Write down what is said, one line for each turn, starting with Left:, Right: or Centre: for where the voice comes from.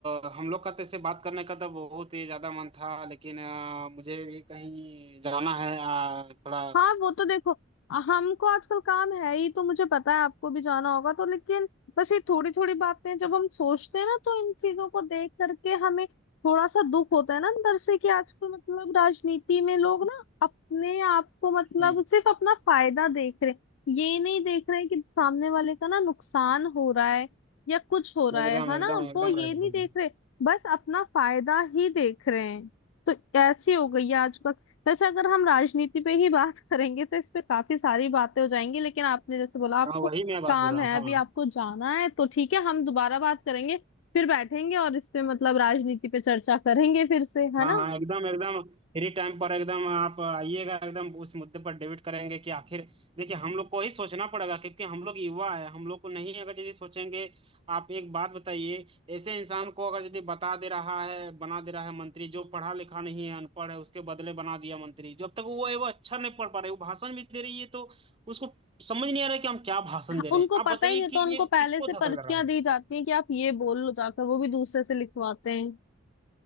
Right: अ, हम लोग का तेरे बात करने का तो बहुत ही ज्यादा मन था लेकिन अ, मुझे भी कहीं जाना है अ, थोड़ा
Left: हाँ वो तो देखो हमको आजकल काम है ही तो मुझे पता है आपको भी जाना होगा तो लेकिन बस ये थोड़ी थोड़ी बातें जब हम सोचते हैं ना तो इन चीजों को देख करके हमें थोड़ा सा दुख होता है ना अंदर से कि आजकल मतलब राजनीति में लोग ना अपने आप को मतलब
Right: हम्म,
Left: सिर्फ अपना फायदा देख रहे हैं ये नहीं देख रहे हैं कि सामने वाले का ना नुकसान हो रहा है या कुछ हो रहा
Right: एकदम
Left: है है ना
Right: एकदम एकदम
Left: वो ये
Right: राइट
Left: नहीं
Right: बोल
Left: देख
Right: रहे हो।
Left: रहे बस अपना फायदा ही देख रहे हैं तो ऐसी हो गई है आज वैसे अगर हम राजनीति पे ही बात <laughs> करेंगे तो इस पे काफी सारी बातें हो जाएंगी लेकिन आपने जैसे बोला आपको
Right: हाँ वही मैं बात
Left: काम
Right: बोल रहा
Left: है
Right: हूँ
Left: अभी
Right: हाँ
Left: आपको जाना है तो ठीक है हम दोबारा बात करेंगे फिर बैठेंगे और इस पे मतलब राजनीति पे चर्चा करेंगे फिर से है
Right: हाँ
Left: ना
Right: हाँ एकदम एकदम फ्री टाइम पर एकदम आप आइएगा एकदम उस मुद्दे पर डिबेट करेंगे कि आखिर देखिए हम लोग को ही सोचना पड़ेगा क्योंकि हम लोग युवा है हम लोग को नहीं अगर यदि सोचेंगे आप एक बात बताइए ऐसे इंसान को अगर यदि बता दे रहा है बना दे रहा है मंत्री जो पढ़ा लिखा नहीं है अनपढ़ है उसके बदले बना दिया मंत्री जब तक वो है वो अच्छा नहीं पढ़ पा रहे वो भाषण भी दे रही है तो उसको समझ नहीं आ रहा है कि हम क्या भाषण दे रहे
Left: उनको
Right: हैं आप
Left: पता
Right: बताइए
Left: ही नहीं तो
Right: कि
Left: उनको
Right: ये किसको
Left: पहले से
Right: धकल
Left: पर्चियां
Right: रहा है
Left: दी जाती हैं कि आप ये बोल लो जाकर वो भी दूसरे से लिखवाते हैं